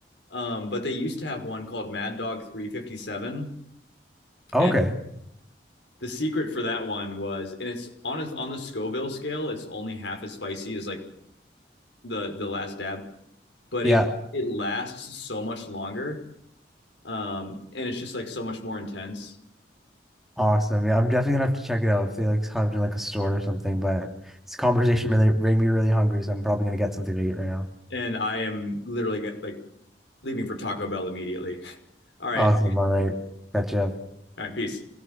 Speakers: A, on the left; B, in the centre.
A: Um, but they used to have one called Mad Dog 357,
B: Okay.
A: and the secret for that one was, and it's on its on the Scoville scale, it's only half as spicy as like the the Last Dab, but
B: Yeah.
A: it it lasts so much longer, um, and it's just like so much more intense.
B: Awesome. Yeah, I'm definitely gonna have to check it out if they like have it in like a store or something. But this conversation really made me really hungry, so I'm probably gonna get something to eat right now.
A: And I am literally get like leaving for Taco Bell immediately. All right.
B: Awesome. All right. Catch you up.
A: All right. Peace.